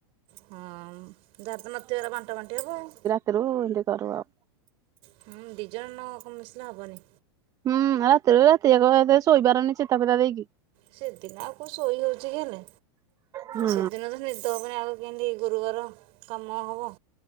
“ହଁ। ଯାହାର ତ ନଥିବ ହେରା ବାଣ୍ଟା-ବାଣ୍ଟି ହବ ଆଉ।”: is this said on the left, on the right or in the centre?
Right